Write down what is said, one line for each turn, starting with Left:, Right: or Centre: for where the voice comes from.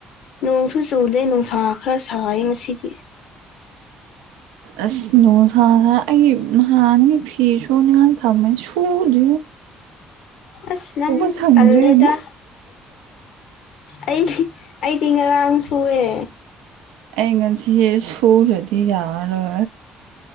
Left: ꯅꯣꯡꯁꯨ ꯆꯨꯗꯦ ꯅꯨꯡ ꯁꯥꯥ ꯈꯔ ꯁꯌꯦ ꯉꯁꯤꯗꯤ
Right: ꯑꯁ ꯅꯣ ꯁꯥꯥꯁ ꯑꯩꯒꯤ ꯅꯍꯥꯟꯒꯤ ꯐꯤ ꯁꯨꯅꯤꯡꯍꯥꯟ ꯊꯃ ꯁꯨꯗ꯭ꯨ
Left: ꯑꯁ ꯅꯪ
Right: ꯁꯪꯗ꯭ꯔꯦꯅ
Left: ꯄꯜꯂꯦꯗ ꯑꯩ ꯑꯩ ꯇꯤ ꯉꯔꯥꯡ ꯁꯨꯑꯦ
Right: ꯑꯩ ꯉꯁꯤ ꯁꯣꯗꯤ ꯌꯥꯔ